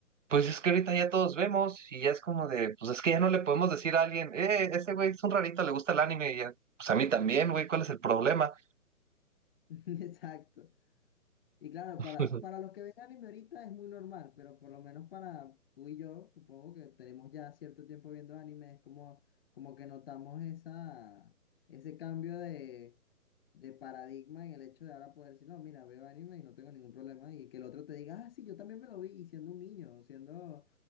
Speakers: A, on the right; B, on the left.
A: pues es que ahorita ya todos vemos y ya es como de, pues es que ya no le podemos decir a alguien, eh, ese güey es un rarito, le gusta el anime, y ya, pues a mí también, güey, ¿cuál es el problema?
B: <laughs> Exacto. Y claro,
A: <laughs>
B: para, para los que ven anime ahorita es muy normal, pero por lo menos para tú y yo, supongo que tenemos ya cierto tiempo viendo anime, es como, como que notamos esa, ese cambio de, de paradigma en el hecho de ahora poder decir, no, mira, veo anime y no tengo ningún problema, y que el otro te diga, ah, sí, yo también me lo vi, y siendo un niño, o siendo,